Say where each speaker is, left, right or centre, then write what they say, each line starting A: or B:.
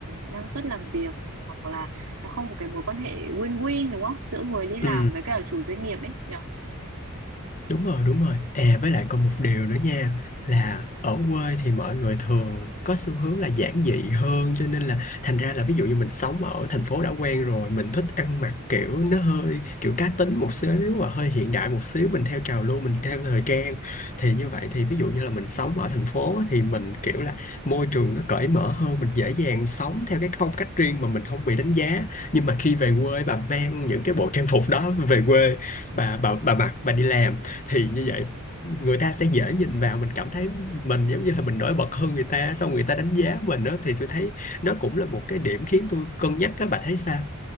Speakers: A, on the right; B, on the left.
A: năng suất làm việc này hoặc là nó không có cái mối quan hệ win-win đúng không giữa người đi làm
B: ừ
A: với cả chủ doanh nghiệp ấy nhỉ
B: Đúng rồi, đúng rồi. À với lại còn một điều nữa nha là ở quê thì mọi người thường có xu hướng là giản dị hơn cho nên là thành ra là ví dụ như mình sống ở thành phố đã quen rồi mình thích ăn mặc kiểu nó hơi kiểu cá tính một xíu và hơi hiện đại một xíu mình theo trào lưu mình theo thời trang thì như vậy thì ví dụ như là mình sống ở thành phố á, thì mình kiểu là môi trường nó cởi mở hơn mình dễ dàng sống theo cái phong cách riêng mà mình không bị đánh giá nhưng mà khi về quê bà mang những cái bộ trang phục đó về quê bà bà bà mặc bà đi làm thì như vậy người ta sẽ dễ nhìn vào mình cảm thấy mình giống như là mình nổi bật hơn người ta xong người ta đánh giá mình đó thì tôi thấy nó cũng là một cái điểm khiến tôi cân nhắc các bạn thấy sao